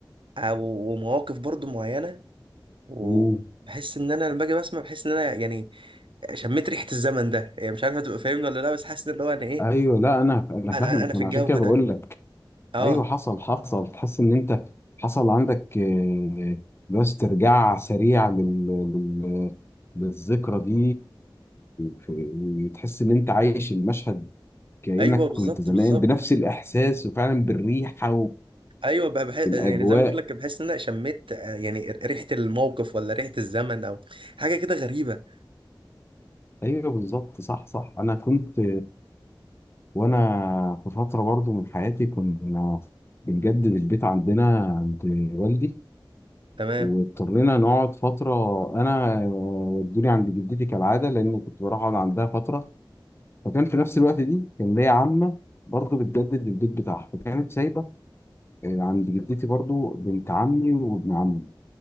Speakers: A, on the right (about 80°); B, on the left (about 30°).
A: أو ومواقف برضو معينة وبحس
B: مم.
A: إن أنا لما أجي بسمع بحس إن أنا يعني شميت ريحة الزمن ده يعني مش عارف هتبقى فاهمني ولا لأ بس حاسس إن هو أنا إيه
B: ايوه لا انا انا
A: أنا
B: فاهمك
A: أنا أنا في
B: وانا
A: الجو
B: عشان كده
A: ده
B: بقول لك
A: اه
B: ايوه حصل حصل تحس ان انت حصل عندك آه، بس استرجاع سريع لل... لل... للذكرى دي في- وتحس ان انت عايش المشهد كأنك
A: أيوه بالظبط
B: كنت زمان
A: بالظبط
B: بنفس الإحساس وفعلا بالريحة
A: ايوه بقى بحس
B: وبالأجواء
A: يعني زي ما بقول لك بحس ان انا شميت آه، يعني ريحه الموقف ولا ريحه الزمن او حاجه كده غريبه
B: أيوه بالظبط صح صح أنا كنت وأنا في فترة برضو من حياتي كنا بنجدد البيت عندنا عند والدي
A: تمام
B: واضطرينا نقعد فترة أنا ودوني عند جدتي كالعادة لأن كنت بروح أقعد عندها فترة فكان في نفس الوقت دي كان ليا عمة برضو بتجدد البيت بتاعها فكانت سايبة آه، عند جدتي برضو بنت عمي وابن عمي